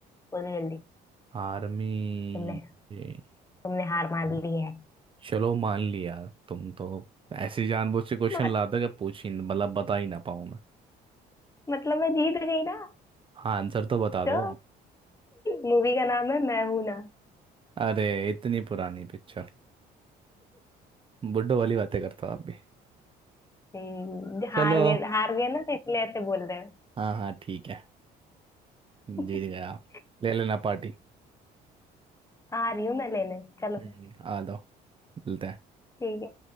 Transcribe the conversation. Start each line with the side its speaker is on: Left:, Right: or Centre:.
Left: बोलो जल्दी
Right: आर्मी
Left: तुमने
Right: ये
Left: तुमने हार मान
Right: है।
Left: ली है
Right: चलो मान लिया तुम तो ऐसे जानबूझ के क्वेश्चन
Left: मत,
Right: लाते हो कि पूछ ही मतलब बता ही ना पाऊं मैं
Left: मतलब मैं जीत गई ना
Right: हाँ आंसर तो बता
Left: तो
Right: दो
Left: मूवी का नाम है मैं हूं ना
Right: अरे इतनी पुरानी पिक्चर बुड्ढो वाली बातें करता आप भी
Left: हम्म,
Right: चलो
Left: हार गए हार गए ना तो इसलिए ऐसे बोल रहे हो
Right: हाँ हाँ ठीक है
Left: <laughs>
Right: जीत गए आप ले लेना पार्टी
Left: आ रही हूँ मैं लेने चलो
Right: हम्म, आ जाओ मिलते हैं
Left: ठीक है